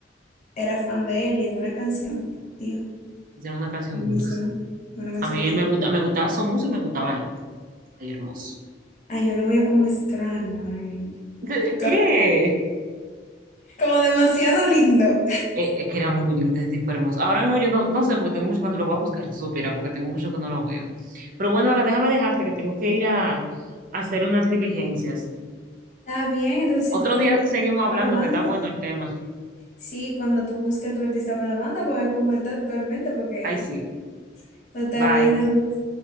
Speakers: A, on the left; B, on the right.
A: era fan de él y en una canción, dijo,
B: Hicieron una canción
A: él mencionó
B: juntos.
A: una canción
B: A mí
A: de
B: él
A: ella.
B: me gusta, me gustaba su música y me gustaba él. Ay, hermoso.
A: Ay, yo lo veía como extraño, a él,
B: ¿Qué?
A: Como,
B: qué?
A: como demasiado lindo.
B: Eh, Es que era muy lindo ese tipo hermoso. Ahora mismo yo no, no sé porque tengo mucho que no- lo voy a buscar si tú supieras, porque tengo mucho que no lo veo. Pero bueno, ahora déjame dejarte que tengo que ir a, a hacer unas diligencias.
A: Está bien, entonces
B: Otro
A: si tú lo
B: día
A: buscas,
B: seguimos
A: tú
B: hablando,
A: me lo mandas.
B: que está bueno el tema.
A: Sí, cuando tú busques a tu artista, me lo mandas para ver cómo él está actualmente, porque
B: Ay, sí.
A: está
B: Bye.
A: bien, adiós.